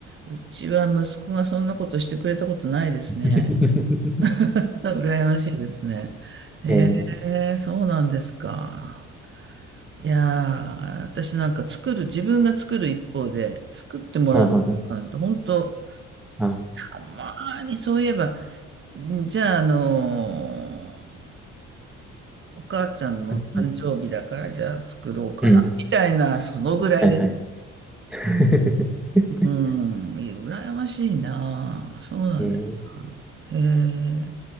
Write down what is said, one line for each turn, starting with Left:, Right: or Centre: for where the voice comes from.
Right: うちは息子がそんなことしてくれたことないですね。
Centre: ね。<laughs>
Right: <laughs> 羨ましいですね。へえ、
Centre: えー、
Right: そうなんですか。いやー、私なんか作る、自分が作る一方で、作ってもらったことなんて、
Centre: はあ、はあ、は
Right: 本当
Centre: あ、
Right: たまーにそういえば、んじゃあ、あのーお母ちゃんの誕生日だから、
Centre: あはいはい
Right: じゃあ作ろうかな、
Centre: うん、
Right: みたいな、そのぐらいです。
Centre: はいはい。<laughs>
Right: うん、羨ましいな。そうなんですか。
Centre: えー、
Right: へえ。